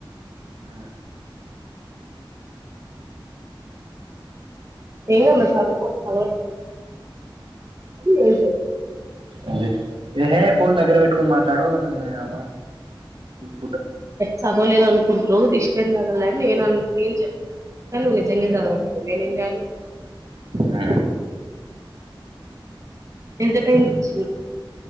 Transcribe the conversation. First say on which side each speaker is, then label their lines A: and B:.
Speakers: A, on the right; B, on the right.
A: ఆ
B: ఏమ్ చదవుకో పోల లే
A: అేహే లెహే ఫోన్ దగ్గర పెట్టుకోని మాట్లాడు మీ రా మా బూ
B: చదవలేదు అనుకుంటురో జిష్ట ఏం తగల్లే నేను అన్ ఏం చెప్ తా కానీ వీళ్ళు నిజంగా చదవరు బుర్ర నిండా అవే
A: ఆ
B: ఎంత టైం మ్మ్